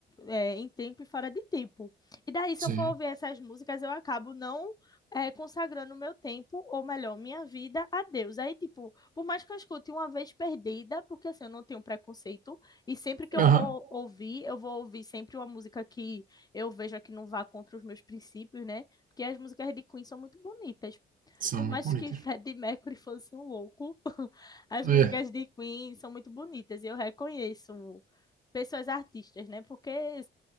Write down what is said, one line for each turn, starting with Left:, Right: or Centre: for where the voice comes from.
Left: é, em tempo e fora de tempo. E daí, se
Right: Sim.
Left: eu for ouvir essas músicas, eu acabo não é, consagrando o meu tempo, ou melhor, minha vida a Deus. Aí, tipo, por mais que eu escute uma vez perdida, porque assim, eu não tenho preconceito, e sempre que eu
Right: Aham.
Left: vou ouvir, eu vou ouvir sempre uma música que eu veja que não vá contra os meus princípios, né? Porque as músicas de Queen são muito bonitas.
Right: São
Left: Por mais
Right: muito bonitas.
Left: que Freddie Mercury fosse um louco, as
Right: É,
Left: músicas de Queen são muito bonitas e eu reconheço pessoas artistas, né? Porque é,